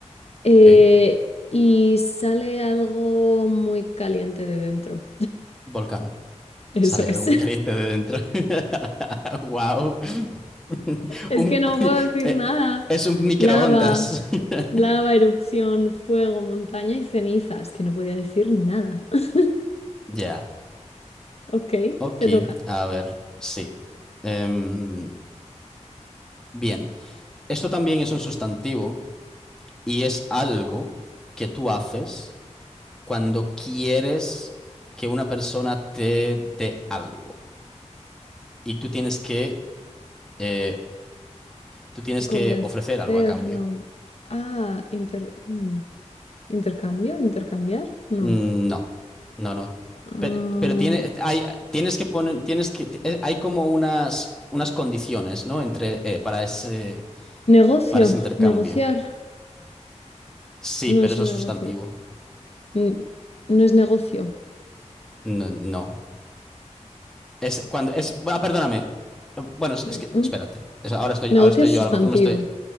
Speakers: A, on the left (about 55°); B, in the centre.
A: eh,
B: Ok.
A: y sale algo muy caliente de dentro.
B: Volcán.
A: <laughs> Eso
B: Sale
A: es.
B: algo muy caliente de dentro. <laughs> Wow. <laughs>
A: Es
B: Un-
A: que no puedo
B: <laughs>
A: decir
B: eh,
A: nada.
B: es un microondas.
A: Lava,
B: <laughs>
A: lava, erupción, fuego, montaña y ceniza. Es que no podía decir nada. <laughs>
B: Ya.
A: Ok,
B: Ok,
A: te toca.
B: a ver, sí. Em, bien, esto también es un sustantivo y es algo que tú haces cuando quieres que una persona te dé algo y tú tienes que, eh, tú tienes
A: Convencer,
B: que ofrecer algo a cambio.
A: no. Ah, inter- mm, intercambio, intercambiar, no.
B: Mm, No, no, no.
A: Ah,
B: Pero, pero tiene, hay, tienes que poner, tienes que, eh, hay como unas, unas condiciones, ¿no? Entre, eh, para ese,
A: negocio,
B: para ese intercambio.
A: negociar.
B: Sí,
A: No
B: pero
A: es
B: eso
A: un
B: es
A: negocio.
B: sustantivo.
A: N- No es negocio.
B: No, no. Es cuando es. Ah, perdóname. Bueno, es,
A: Mm,
B: es que.
A: mm.
B: Espérate. Es- ahora estoy,
A: Negocio
B: ahora estoy
A: es
B: yo,
A: sustantivo.
B: a lo mejor me estoy.